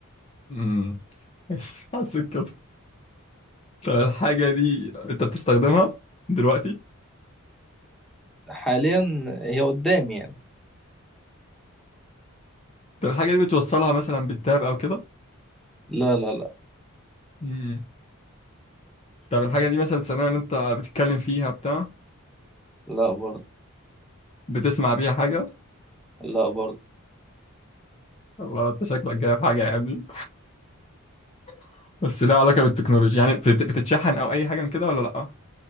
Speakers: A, on the left; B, in the centre.
A: امم <laughs> ماشي حسيت كده طب الحاجة دي انت بتستخدمها دلوقتي
B: حاليا هي قدامي يعني
A: طب الحاجة دي بتوصلها مثلا بالتاب او كده
B: لا لا لا
A: مم. طب الحاجة دي مثلا بتستخدمها ان انت بتتكلم فيها بتاع
B: لا برضه
A: بتسمع بيها حاجة
B: لا برضه
A: والله انت شكلك جايب حاجة يعني <laughs> بس لها علاقة بالتكنولوجيا يعني بتت- بتتشحن او اي حاجة من كده ولا لا